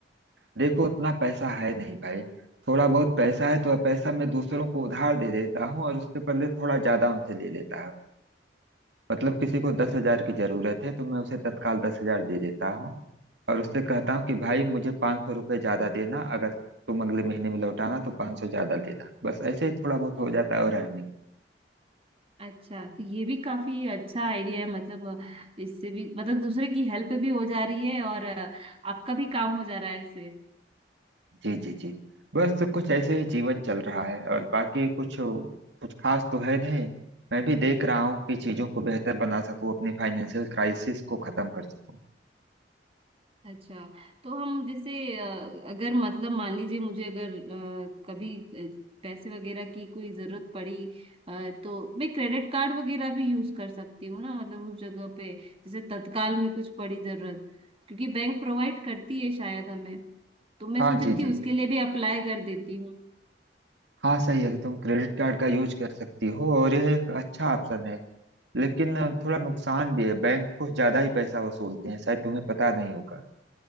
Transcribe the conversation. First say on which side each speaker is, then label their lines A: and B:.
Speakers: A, on the right; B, on the right.
A: देखो उतना पैसा है नहीं भाई थोड़ा बहुत पैसा है तो वह पैसा मैं दूसरों को उधार दे देता हूँ और उसके बदले थोड़ा ज्यादा उनसे ले लेता हूँ मतलब किसी को दस हजार की जरूरत है तो मैं उसे तत्काल दस हजार दे देता हूँ और उससे कहता हूँ कि भाई मुझे पाँच सौ रुपये ज्यादा देना अगर तुम अगले महीने में लौटाना तो पाँच सौ ज्यादा देना बस ऐसे ही थोड़ा बहुत हो जाता है और अर्निंग
B: अच्छा तो ये भी काफी अच्छा आइडिया है मतलब अ, इससे भी मतलब दूसरे की हेल्प भी हो जा रही है और अ, आपका भी काम हो जा रहा है इससे।
A: जी जी जी बस तो कुछ ऐसे ही जीवन चल रहा है और बाकी कुछ कुछ खास तो है नहीं मैं भी देख रहा हूँ कि चीजों को बेहतर बना सकूँ अपनी फाइनेंशियल क्राइसिस को खत्म कर सकूँ
B: अच्छा तो हम जैसे अ, अगर मतलब मान लीजिए मुझे अगर अ, कभी अ, पैसे वगैरह की कोई जरूरत पड़ी अ, तो मैं क्रेडिट कार्ड वगैरह भी यूज कर सकती हूँ ना मतलब उस जगह पे जैसे तत्काल में कुछ पड़ी जरूरत क्योंकि बैंक प्रोवाइड करती है शायद हमें तो मैं
A: हाँ
B: सोच
A: जी
B: रही थी
A: जी
B: उसके लिए भी अप्लाई कर देती हूँ
A: हाँ सही है तुम क्रेडिट कार्ड का यूज कर सकती हो और यह एक अच्छा ऑप्शन है लेकिन थोड़ा नुकसान भी है बैंक कुछ ज्यादा ही पैसा वसूलते हैं शायद तुम्हें पता नहीं होगा